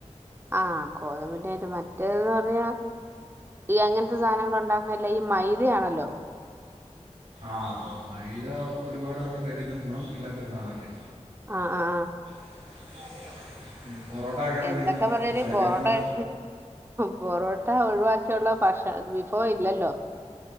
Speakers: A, on the right; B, on the right.
A: ആഹ് ഗോതമ്പിന്റെ അയിറ്റം മറ്റേന്ന് പറഞ്ഞ ഈ അങ്ങനത്തെ സാനങ്ങളുണ്ടാക്ക്ണെല്ലാം ഈ മൈദയാണല്ലോ.
B: ആഹ് മൈദ ഒരുപാട് നമ്മുടെ ശരീരത്തിന് ഗുണം ഇല്ലാത്തൊരു സാധനം അല്ലേ.
A: ആഹ് ആഹ് ആഹ്
B: <unintelligible> പൊറോട്ട ഒക്കെ ആണെങ്കിലും
A: എന്തൊക്കെ പറഞ്ഞാല്
B: ശരീരത്തിന്
A: പൊറോട്ട കഴി പൊറോട്ട ഒഴിവാക്കിയുള്ള ഭക്ഷ വിഭവം ഇല്ലല്ലോ